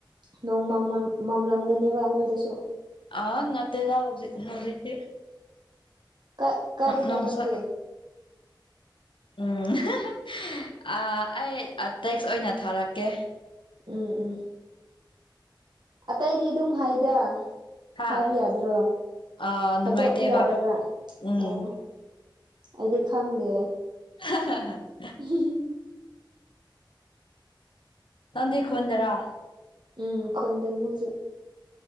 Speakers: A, on the right (about 60°); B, on the left (about 80°).
A: ꯅꯣꯡ ꯃꯝꯃꯝ ꯃꯝꯂꯝꯒꯅꯤꯕ ꯅꯣꯏꯗꯁꯨ꯫
B: ꯑꯥ ꯅꯠꯇꯦꯗ ꯍꯧꯖꯤꯛ ꯍꯧꯖꯤꯛꯇꯤ꯫
A: ꯀꯥꯢ ꯀꯥꯏꯗꯅꯣ
B: ꯅꯣꯡꯁꯛ
A: ꯅꯪꯗꯤ?
B: ꯎꯝ <unintelligible> ꯑꯥ ꯑꯩ ꯇꯦꯛꯁ ꯑꯣꯏꯅ ꯊꯥꯔꯛꯀꯦ꯫
A: ꯎꯝ ꯎꯝ ꯑꯇꯩꯗꯤ ꯑꯗꯨꯝ ꯍꯥꯏꯗ꯫
B: ꯍꯥ
A: ꯍꯥꯏꯕ ꯌꯥꯗ꯭ꯔꯣ?
B: ꯑ ꯅꯨꯡꯉꯥꯏꯇꯦꯕ
A: ꯍꯥꯏꯗꯣꯛꯄ ꯌꯥꯗꯕ꯭ꯔꯥ?
B: ꯎꯝ
A: ꯑꯣ ꯑꯩꯗꯤ ꯈꯪꯗꯦ꯫
B: ꯍ ꯍꯥ ꯍꯥ
A: <inaudible>
B: ꯅꯪꯗꯤ ꯈꯨꯟꯗꯔꯥ?
A: ꯎꯝ ꯈꯨꯟꯗꯅꯤ ꯍꯨꯖꯤꯛ꯫